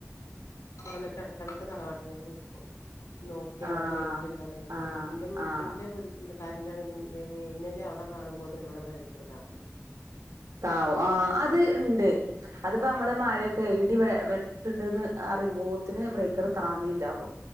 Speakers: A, on the left; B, on the right.
A: ഞാൻ ന്നിട്ട് എടക്കെടക്ക് തറവാട്ട് ക്ക്‌ വിളിക്കും നോക്കി അവിടെ
B: ആഹ്
A: ലേറ്റ് ഇണ്ടാ നോക്കി
B: ആഹ്
A: ലേറ്റ്ന്റെ
B: ആഹ്
A: ന്റെ ഫിട്ജ് കറന്റാന്ന്ണ്ടെങ്കില് മിന്നല് അവിടെ കാണുമ്പോത്തിന് ഇബടെ ബ്രേക്കറ് താവുന്ന
B: താവു ആ അത് ഇണ്ട് അതിപ്പോ നമ്മള് മഴ ക്കെ ഇടി വെ വെട്ട്ണ്ട്ന്ന് ആ യുമ്പോത്തിന്
A: ഉം
B: ബ്രേക്കറ് താന്നിണ്ടാകും.